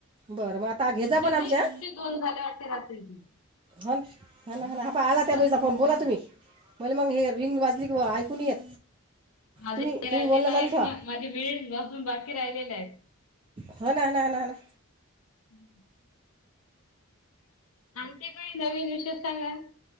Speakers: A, on the right (about 25°); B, on the left (about 75°).
A: बरं म आता घेजा
B: तुमचे
A: पण आमच्या..
B: नाही तुमचे दोन झाले वाटते रात्रीचे
A: हन हना हना हा पा आला
B: रा
A: त्या बाईचा फोन बोला तुम्ही.. मले मंग हे रिंग वाजली की ब ऐकू नहीं येत..
B: माझे
A: तुम्ही
B: ते
A: तुम्ही
B: राहिलेलं
A: बोलणं चालू
B: आहेत
A: ठेवा
B: ना माझे वीस पासुन बाकी राहिलेले हेत...
A: ह ना ह ना ह ना ह ना....
B: <inaudible> आणखी काही नवीन विशेष सांगा...